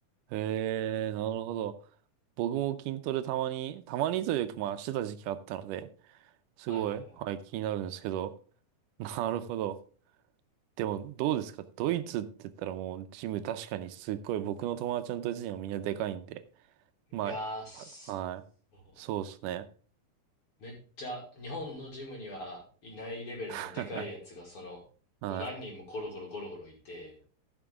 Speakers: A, on the right (about 80°); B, on the left (about 45°).
A: ええー、なるほど。僕も筋トレたまに、たまにというかまあしてた時期があったので、すごい、
B: はいはいは
A: はい、気になるんですけど。<laughs> なるほど。でも、どうですかドイツって言ったらもう、ジム確かにすっごい、僕の友達のドイツ人はみんなでかいんで。
B: い。
A: まあ、
B: いやー、す
A: はい。
B: そう
A: そうですね。
B: めっちゃ日本のジムにはいないレベルのでかいやつが、
A: <laughs>
B: その、
A: はい。
B: もう何人もゴロゴロゴロゴロいて、